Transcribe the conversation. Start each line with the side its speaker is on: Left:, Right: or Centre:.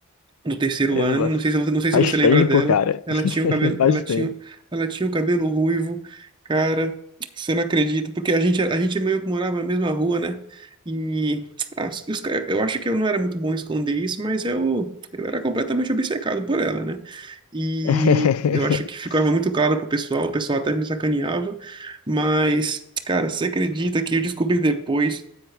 Right: no terceiro
Left: Caramba,
Right: ano, não sei se você, não sei
Left: faz
Right: se você lembra
Left: tempo,
Right: dela,
Left: cara.
Right: ela
Left: <laughs>
Right: tinha o cabelo,
Left: Faz
Right: ela tinha,
Left: tempo.
Right: ela tinha o cabelo ruivo, cara, você não acredita, porque a gente, a gente meio que morava na mesma rua, né? E ah, os ca- eu acho que eu não era muito bom em esconder isso, mas eu, eu era completamente obcecado por ela, né? E
Left: <laughs>
Right: eu acho que ficava muito claro pro pessoal, o pessoal até me sacaneava, mas, cara, você acredita que eu descobri depois